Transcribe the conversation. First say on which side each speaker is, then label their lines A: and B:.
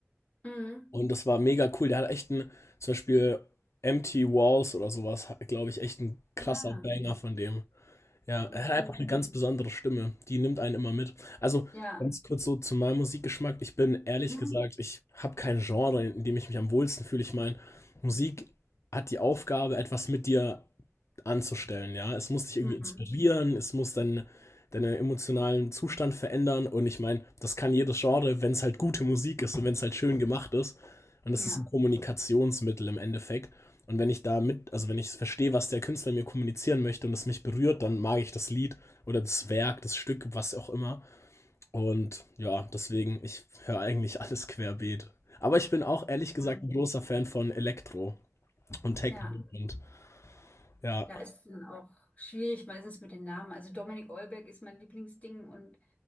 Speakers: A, on the left; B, on the left.
A: Mhm.
B: Und das war mega cool. Der hat echt einen, zum Beispiel Empty Walls oder sowas, glaube ich, echt ein krasser
A: Ah,
B: Banger von dem. Ja, er
A: okay.
B: hat einfach eine ganz besondere Stimme. Die nimmt einen immer mit. Also
A: Ja.
B: ganz kurz so zu meinem Musikgeschmack. Ich bin ehrlich
A: Mhm.
B: gesagt, ich habe kein Genre, in dem ich mich am wohlsten fühle. Ich meine, Musik hat die Aufgabe, etwas mit dir anzustellen. Ja, es muss dich irgendwie
A: Mhm.
B: inspirieren, es muss deinen deinen emotionalen Zustand verändern. Und ich meine, das kann jedes Genre, wenn es halt gute Musik ist und wenn es halt schön gemacht ist. Und
A: Ja.
B: das ist ein Kommunikationsmittel im Endeffekt. Und wenn ich da mit, also wenn ich verstehe, was der Künstler mir kommunizieren möchte und es mich berührt, dann mag ich das Lied oder das Werk, das Stück, was auch immer. Und ja, deswegen, ich höre eigentlich alles querbeet. Aber ich bin auch ehrlich gesagt
A: Mhm.
B: ein großer Fan von Elektro und Techno
A: Ja.
B: und ja,
A: Da ist dann auch schwierig meistens mit den Namen. Also Dominik Eulberg ist mein Lieblingsding und